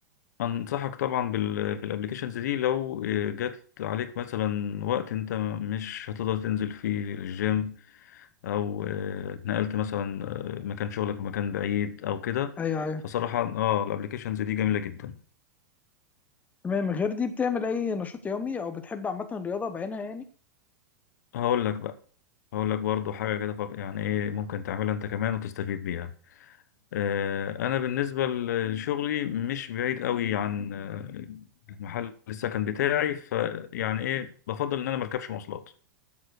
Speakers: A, on the left; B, on the left.
A: أنصحك طبعا بال- بالابليكيشنز دي لو آه، جات عليك مثلا وقت أنت مش هتقدر تنزل فيه الجيم أو آه، اتنقلت مثلا آه، مكان شغلك ومكان بعيد أو كده
B: ايوه ايوه
A: فصراحة اه الابليكيشنز دي جميلة جدا
B: تمام غير دي بتعمل اي نشاط يومي او بتحب عامه الرياضه بعينها يعني
A: هقول لك بقى هقول لك برضو حاجة كده طب يعني ايه ممكن تعملها أنت كمان وتستفيد بيها آه، أنا بالنسبة لشغلي مش بعيد قوي عن آه، محل السكن بتاعي فيعني ايه بفضل إن أنا مركبش مواصلات